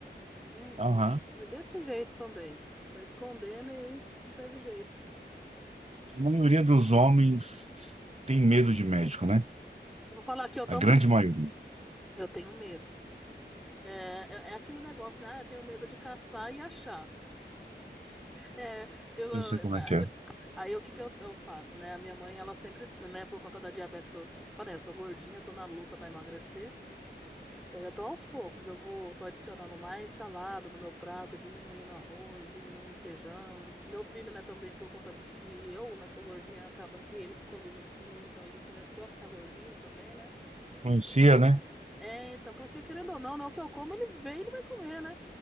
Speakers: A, in the centre; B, on the right.
A: Gente,
B: Aham.
A: foi desse jeito também. Foi escondendo e aí não teve jeito.
B: A maioria dos homens tem medo de médico, né?
A: Eu vou falar aqui, eu também.
B: A grande maioria.
A: Eu tenho medo. É, é, é aquele negócio, né? Ah, eu tenho medo de caçar e achar. É, eu, eu-
B: Eu sei como
A: aí
B: é que é.
A: eu- Aí o que que eu, eu faço, né? A minha mãe, ela sempre, né, por conta da diabetes que eu falei, eu sou gordinha, eu tô na luta pra emagrecer. Eu já tô aos poucos, eu vou, tô adicionando mais salada no meu prato, diminuindo arroz, diminuindo feijão. Meu filho, né, também por conta que eu, né, sou gordinha, acaba que ele come junto comigo, então ele começou a ficar gordinho também, né?
B: Influencia, né?
A: É, então, porque querendo ou não, né, o que eu como, ele vem, ele vai comer, né?